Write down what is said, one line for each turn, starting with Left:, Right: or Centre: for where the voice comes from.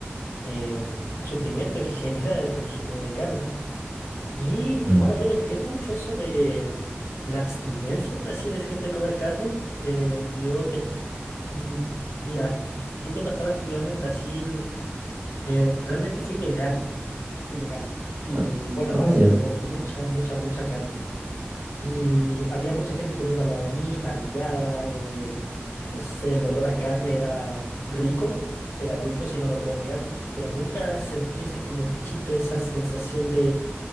Left: em, sufrimiento que <laughs> genera el consumo de carne. Y
Right: Mm.
Left: bueno, yo no entiendo mucho eso de la abstinencia, por así decir, de comer carne. Eh, yo dej- mm, mira, yo, yo cuando estaba estudiando en Brasil, eh, realmente fui vegano. Fui vegano. Y
Right: Ah,
Left: bueno, el
Right: ah,
Left: brasileño
Right: ya.
Left: come mucha, mucha, mucha carne. Y había mucha gente comiendo al lado de mí, parrillada, eh, no sé, el olor a carne era rico, era rico, si no lo puedo negar, pero nunca sentí ese como bichito, esa sensación